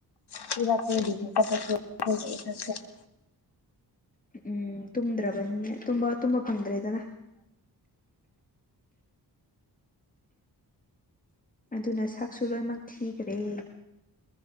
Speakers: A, on the left (about 75°); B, on the left (about 20°).
A: ꯊꯤꯔꯛꯗꯤ ꯗ꯭ꯌꯨꯇꯤ ꯆꯠꯄꯁꯨ <inaudible>
B: ꯎꯝ ꯇꯨꯝꯗ꯭ꯔꯕꯅꯤꯅ ꯇꯨꯝꯕ ꯇꯨꯝꯕ ꯐꯪꯗ꯭ꯔꯦꯗꯅ ꯑꯗꯨꯅ ꯁꯛꯁꯨ ꯂꯣꯏꯃꯛ ꯊꯤꯒ꯭ꯔꯦ